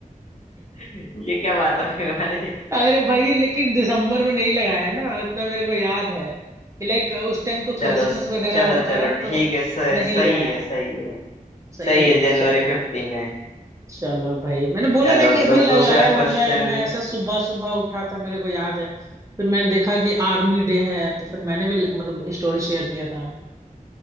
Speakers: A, on the left; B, on the right.
A: है ये क्या बात हो गई भाई
B: <laughs> अरे भाई लेकिन दिसंबर में नहीं लगाया है ना इतना मेरे को याद है लाइक उस टाइम तो
A: चलो
B: क्रिसमस वगैरह
A: चलो
B: होता
A: चलो
B: है तो
A: ठीक है स-
B: नहीं
A: सही
B: लगाया
A: है सही है
B: सही
A: सही
B: है
A: है
B: भाई
A: जनवरी
B: चलो
A: फिफ्टीन है
B: चलो भाई मैंने बोला
A: चलो
B: ना कि अभी
A: तो
B: लगाया
A: दूसरा क्वेश्चन
B: मैं मैं ऐसा सुबह सुबह उठा था मेरे को याद है फिर मैंने देखा कि आर्मी डे है तो फिर मैंने भी मतलब स्टोरी शेयर किया था